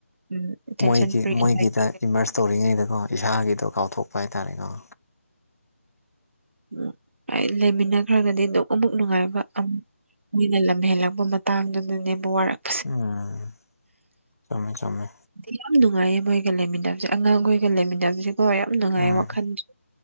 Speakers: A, on the right; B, on the left.
A: ꯎꯝ ꯇꯦꯟꯁꯟ
B: ꯃꯣꯏꯒꯤ
A: ꯐ꯭ꯔꯤ ꯑꯦꯟꯖꯥꯏꯇꯤ
B: ꯃꯣꯏꯒꯤꯗ ꯏꯃꯔꯁ ꯇꯧꯔꯤꯉꯩꯗꯀꯣ ꯏꯁꯥꯒꯤꯗꯣ ꯀꯥꯎꯊꯣꯛꯄ ꯍꯥꯏꯇꯥꯥꯔꯦꯀꯣ
A: ꯎꯝ ꯑꯩ ꯂꯩꯃꯤꯟꯅꯈ꯭ꯔꯒꯗꯤ ꯑꯗꯨꯝ ꯑꯃꯨꯛ ꯅꯨꯡꯉꯥꯏꯕ ꯑꯃꯨꯛ ꯃꯣꯏꯅ ꯂꯝ ꯍꯦꯜꯂꯛꯄ ꯃꯇꯥꯡꯗꯨꯗꯅꯦꯕꯨ ꯋꯥꯔꯛ
B: ꯎꯝ ꯆꯨꯝꯃꯦ ꯆꯨꯝꯃꯦ
A: ꯑꯩꯗꯤ ꯌꯥꯝ ꯅꯨꯡꯉꯥꯏꯌꯦ ꯃꯣꯏꯒ ꯂꯩꯃꯤꯟꯅꯕꯁꯦ ꯑꯉꯥꯡꯈꯣꯏꯒ ꯂꯩꯃꯤꯟꯅꯕꯁꯦ ꯍꫭꯏ ꯌꯥꯝ ꯅꯨꯡꯉꯥꯏ
B: ꯎꯝ
A: ꯋꯥꯈꯜꯁꯨ